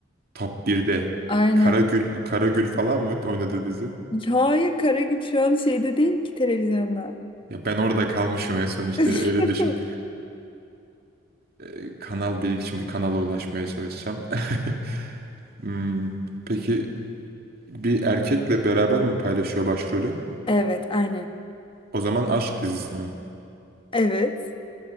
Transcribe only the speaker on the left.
Aynen.
Hayır Karagül şu an şeyde değil ki televizyonda.
<laughs>
Evet aynen.
Evet.